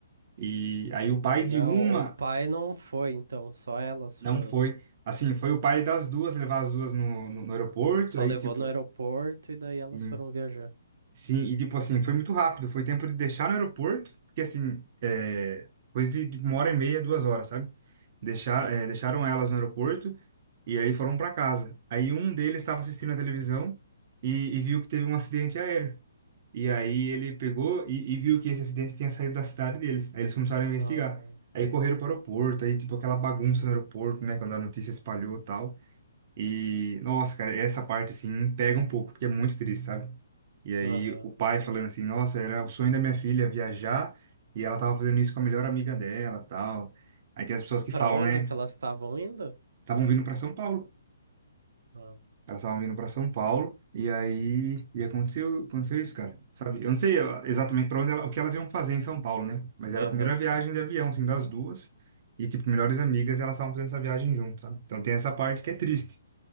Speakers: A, on the right; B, on the right.
A: E aí o pai de
B: Não,
A: uma
B: o pai não foi, então, só elas
A: não
B: foram.
A: foi. Assim, foi o pai das duas levar as duas no, no, no aeroporto,
B: Só
A: aí,
B: levou
A: tipo.
B: no aeroporto e daí elas
A: Sim.
B: foram viajar.
A: Sim, e tipo assim, foi muito rápido. Foi tempo de deixar no aeroporto, porque assim, é, coisa de de uma hora e meia, duas horas, sabe? Deixar,
B: Sei.
A: é, deixaram elas no aeroporto e aí foram para casa. Aí um deles estava assistindo a televisão e, e viu que teve um acidente aéreo. E aí ele pegou e, e viu que esse acidente tinha saído da cidade deles. Aí eles começaram a investigar.
B: Ah,
A: Aí correram para o aeroporto, aí tipo aquela bagunça no aeroporto, né? Quando a notícia espalhou e tal. E, nossa, cara, essa parte, assim, pega um pouco, porque é muito triste, sabe? E aí,
B: aham.
A: o pai falando assim, nossa, era o sonho da minha filha viajar, e ela tava fazendo isso com a melhor amiga dela, tal. Aí tem as pessoas que
B: Pra
A: falam,
B: onde
A: né,
B: que elas estavam indo?
A: estavam vindo pra São Paulo.
B: Ah,
A: Elas estavam vindo pra São Paulo, e aí, e aconteceu, aconteceu isso, cara, sabe? Eu não sei ó, exatamente para onde ela, o que elas iam fazer em São Paulo, né? Mas era
B: Aham.
A: a primeira viagem de avião, assim, das duas, e, tipo, melhores amigas, elas estavam fazendo essa viagem juntas, sabe? Então tem essa parte que é triste.